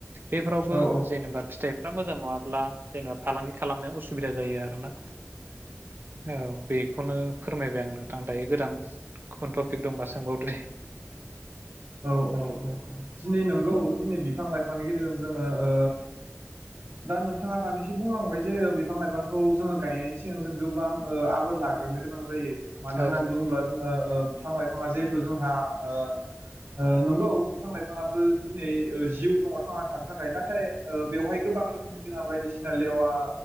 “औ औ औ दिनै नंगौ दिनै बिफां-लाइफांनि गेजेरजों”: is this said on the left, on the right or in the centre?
Right